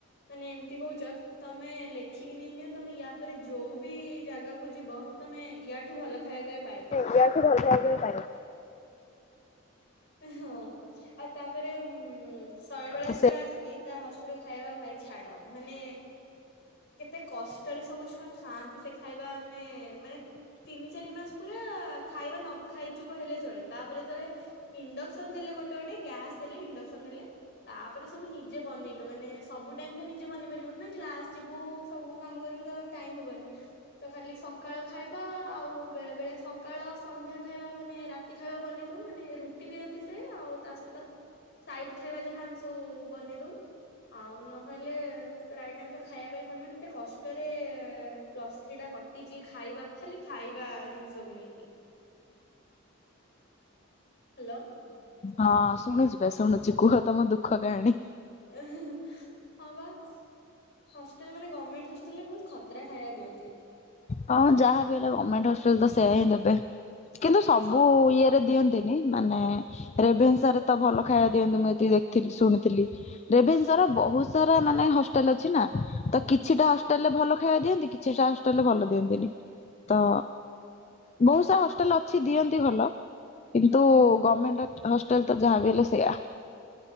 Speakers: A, on the left (about 50°); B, on the left (about 30°).
A: ମାନେ ଏମିତି ହଉଚ ତମେ ଲେଖିକି ନେଇ ନିଅ ତମେ ୟା ପରେ ଯୋଉବି ଜାଗାକୁ ଯିବ ତମେ ୟାଠୁ ଭଲ ଖାଇବା କେ
B: ଇୟାଠୁ ଭଲ ଖାଇବା ପାଇବନି
A: ହଁ ଆଉ ତାପରେ ଉ ଶୟଳବାଳା
B: ତ
A: ଯେତେବେଳେ
B: ସେ
A: ଆସିଲି ତା ହଷ୍ଟେଲ ଖାଇବା ଭାଇ ଛାଡ଼ ମାନେ କେତେ କଷ୍ଟ ଭତରେ ସବୁ ଛୁଆ ଖାଆନ୍ତି ସେଖାଇବା ଆମେ ମାନେ ତିନି ଚାରି ମାସ ପୁରା ଖାଇବା ନ ଖାଇଚୁ କହେଲେ ଚଳେ ତାପରେ ଯେତେଳେ ଇଣ୍ଡକ୍ସନ ଦେଲେ ଗୋଟେ ଗୋଟେ ଗ୍ୟାସ୍ ଦେଲେ ଇଣ୍ଡକ୍ସନ ଦେଲେ ତାପରେ ସବୁ ନିଜେ ବନେଇଲୁ ମାନେ ସବୁ ଟାଇମ୍ତ ନିଜେ ବନେଇ ପାରିବୁନିନା କ୍ଲାସ୍ ଯିବୁ ସବୁ କାମ କରିବୁ ତ ଟାଇମ୍ ହବନି ତ ଖାଲି ସକାଳ ଖାଇବା ଆଉ ବେଳେ ବେଳେ ସକାଳ ସନ୍ଧ୍ୟା ଖାଇବା ମାନେ ରା ତି ଖାଇବା ବନେଇଦଉ ମାନେ ରୁଟି ଦିଅନ୍ତି ସେ ଆଉ ତାଷହିତ ସାଇଡ଼ ଖାଇବା ଯାହା ଆମେ ସବୁ ବନେଇ ଦଉ ଆଉ ନହେଲେ ପ୍ରାୟ ଟାଇମତ ଖାଇବା ପାଇଁ ପଡ଼ିବନିତ କଷ୍ଟରେ ପ୍ଲସ୍ ଥ୍ରୀଟା କ ଟିଚି ଖାଇବା ଖାଲି ଖାଇବା ଜିନିଷକୁ ନେଇକି ହାଲୋ।
B: ହଁ ଶୁଣୁଚି ବା ଶୁଣୁଚି କୁହ ତମ ଦୁଃଖ କାହିଁଣୀ?
A: ହଁ ବା ହଷ୍ଟେଲ୍ ମାନେ ଗଭମେଣ୍ଟ ହଷ୍ ଲେ ବହୁତ୍ ଖତରା ଖାଇବା ଦିଅନ୍ତି।
B: ହଁ ଯାହାବି ହେଲେ ଗଭର୍ଣମେଣ୍ଟ ହସ୍ପିଟାଲତ ସେଇୟାହିଁ ଦେବେ କିନ୍ତୁ
A: ପୁଣି
B: ସବୁ
A: ସ
B: ଇଏ ଦିଅନ୍ତିନି ମାନେ ରେଭନ୍ସାରେତ ଭଲ ଖାଇବା ଦିଅନ୍ତି ମୁଁ ଏତିକି ଦେଖିଥିଲି ଶୁଣିଥିଲି ରେଭେନ୍ସାରେ ବହୁତ୍ ସାରା ମାନେ ହଷ୍ଟେଲ ଅଛିନା ତକିଛିଟା ହଷ୍ଟେଲରେ ଭଲ ଖାଇବା ଦିଅନ୍ତି କି କିଛିଟା ହଷ୍ଟେଲରେ ଭଲ ଦିଅନ୍ତିନି ତ ବହୁତ୍ ସାରା ହଷ୍ଟେଲ ଅଛି ଦିଅନ୍ତି ଭଲ କିନ୍ତୁ ଗଭର୍ମେଣ୍ଟ ହଷ୍ଟେଲତ ଯାହାବି ହେଲେ ସେଇଆ